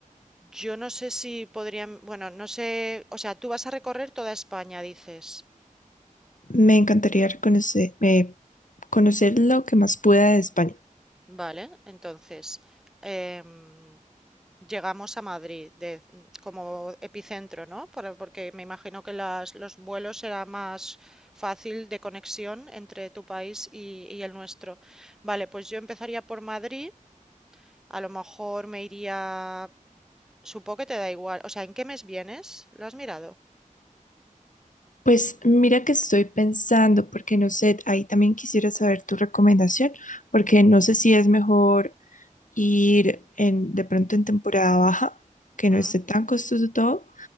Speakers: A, in the centre; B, on the left (about 65°).
A: yo no sé si podrían, bueno, no sé, o sea, tú vas a recorrer toda España, dices.
B: me encantaría conocer, eh, conocer lo que más pueda de España.
A: Vale, entonces, em, Llegamos a Madrid de- como epicentro, ¿no? Por- Porque me imagino que las, los vuelos será más fácil de conexión entre tu país y, y el nuestro. Vale, pues yo empezaría por Madrid. A lo mejor me iría... Supongo que te da igual. O sea, ¿en qué mes vienes? ¿Lo has mirado?
B: Pues mira que estoy pensando, porque no sé, ahí también quisiera saber tu recomendación, porque no sé si es mejor ir en, de pronto en temporada baja, que
A: Mm.
B: no esté tan costoso todo,